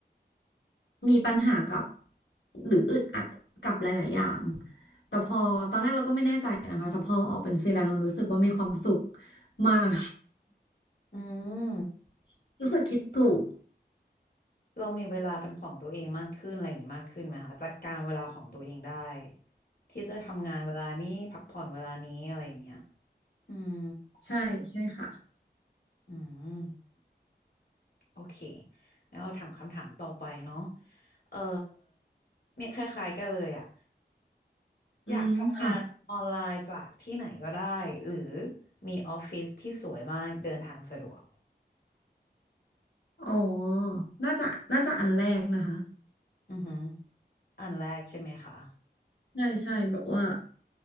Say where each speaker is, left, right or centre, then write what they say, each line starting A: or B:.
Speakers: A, on the left; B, on the left.
A: มีปัญหากับหรืออึดอัดกับหลายๆอย่างแต่พอตอนแรกเราก็ไม่แน่ใจนะคะแต่พอออกเป็นฟรีแลนซ์เรารู้สึกว่ามีความสุขมาก
B: อืม
A: <laughs> รู้สึกคิดถูก
B: เรามีเวลาเป็นของตัวเองมากขึ้นอะไรอย่างงี้มากขึ้นไหมคะจัดการเวลาของตัวเองได้ที่จะทำงานเวลานี้พักผ่อนเวลานี้อะไรอย่างเงี้ยอืม
A: ใช่ใช่ค่ะ
B: อืมโอเคแล้วเราถามคำถามต่อไปเนาะเออเนี่ยคล้ายๆกันเลยอ่ะ
A: อืม
B: อยากทำงานออนไลน์จากที่ไหนก็ได้หรือ
A: ค่ะ
B: มีออฟฟิศที่สวยมากเดินทางสะดวก
A: อ๋อน่าจะน่าจะอันแรกนะคะ
B: อือฮึ อันแรกใช่ไหมคะ
A: ใช่ใช่แบบว่า